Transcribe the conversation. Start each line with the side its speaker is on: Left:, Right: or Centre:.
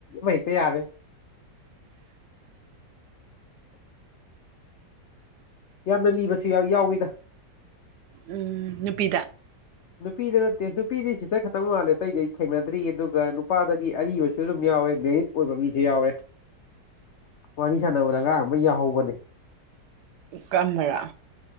Left: ꯃ ꯀ ꯌꯥꯝꯅ ꯂꯤꯁꯨ ꯌꯥꯎꯋꯤꯗ
Right: ꯎꯝ ꯅꯨꯄꯤꯗ
Left: ꯅꯨꯄꯤꯗ ꯅꯠꯇꯦ ꯅꯨꯄꯤꯗꯤ ꯁꯤꯆꯔ ꯈꯛꯇꯪ ꯃꯥꯜꯂꯦ ꯑꯇꯩꯗꯤ ꯊꯦꯡꯅꯗ꯭ꯔꯤ ꯑꯗꯨꯒ ꯅꯨꯄꯥꯗꯗꯤ ꯑꯔꯤꯕꯁꯨ ꯑꯗꯨꯝ ꯌꯥꯎꯋꯦ ꯃꯦꯔꯤꯠ ꯑꯣꯏꯕ ꯃꯤꯁꯨ ꯌꯥꯎꯋꯦ ꯋꯥꯔꯤ ꯁꯅꯕꯗ ꯑꯉꯥꯡ ꯑꯃ ꯌꯥꯎꯍꯧꯕꯅꯦ
Right: ꯀꯔꯝꯕꯔꯥ